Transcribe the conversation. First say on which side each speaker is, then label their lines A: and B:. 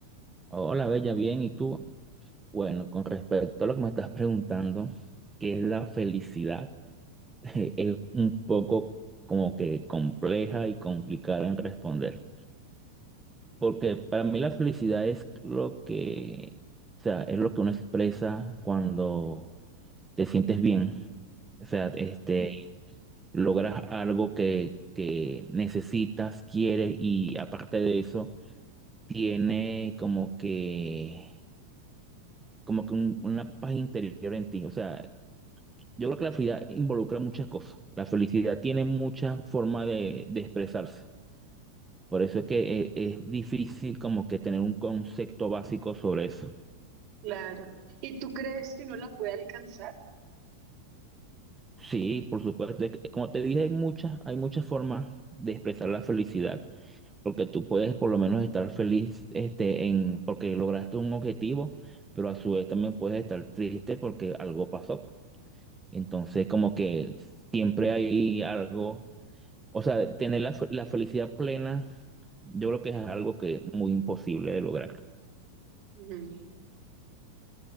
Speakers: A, on the right; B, on the right.
A: Hola, Bella, bien. ¿Y tú? Bueno, con respecto a lo que me estás preguntando, ¿qué es la felicidad? <laughs> Es un poco como que compleja y complicada en responder, porque para mí la felicidad es lo que, o sea, es lo que uno expresa cuando te sientes bien. O sea, este, logras algo que, que necesitas, quieres y aparte de eso, tiene como que como que un- una paz interior en ti. O sea, yo creo que la felicidad involucra muchas cosas. La felicidad tiene muchas formas de, de expresarse. Por eso es que eh, es, difícil como que tener un concepto básico sobre eso.
B: Claro. ¿Y tú crees que uno la puede alcanzar?
A: Sí, por supuesto. es que, Como te dije, hay muchas, hay muchas formas de expresar la felicidad. Porque tú puedes por lo menos estar feliz este, en, porque lograste un objetivo, pero a su vez también puedes estar triste porque algo pasó. Entonces, como que siempre hay algo O sea, tener la, fe- la felicidad plena, yo creo que es algo que es muy imposible de lograr.
B: Ujú.